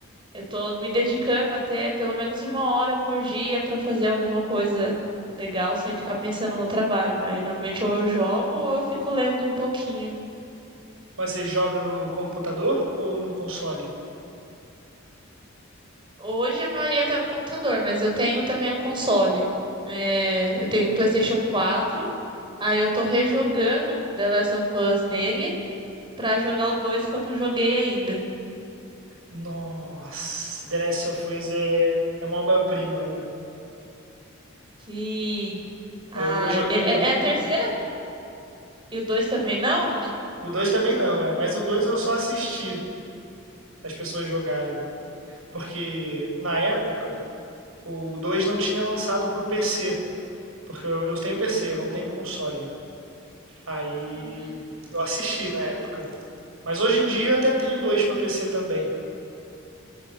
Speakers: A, on the right (about 25°); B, on the right (about 85°).
A: eu tô me dedicando a ter pelo menos uma hora por dia pra fazer alguma coisa legal sem ficar pensando no trabalho. Aí normalmente ou eu jogo ou eu fico lendo um pouquinho.
B: Mas você joga no computador ou no console?
A: Hoje a maioria tá no computador, mas eu tenho também um console. É, eu tenho um PlayStation quatro. aí eu tô rejogando The Last of Us nele pra jogar o 2 que eu não joguei ainda.
B: Nossa, The Last of Us é, é uma obra-prima, né?
A: Sim. Ah,
B: Aí eu, eu joguei
A: é, é
B: o 1,
A: é a terceira e o 2 também não?
B: o 2 também não, é, mas o 2 eu só assisti as pessoas jogarem. Porque na época o 2 não tinha lançado pro PC. Porque eu, eu tenho PC, eu não tenho console. Aí
A: Uhum.
B: eu assisti na época. Mas hoje em dia até tenho dois pra PC também.